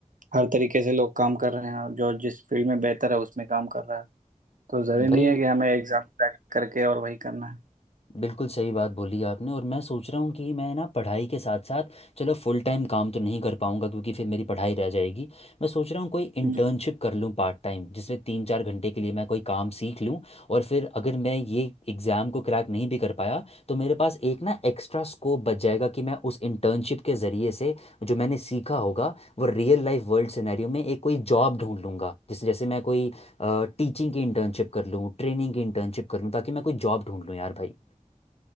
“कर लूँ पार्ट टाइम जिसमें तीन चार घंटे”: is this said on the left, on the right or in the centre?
Left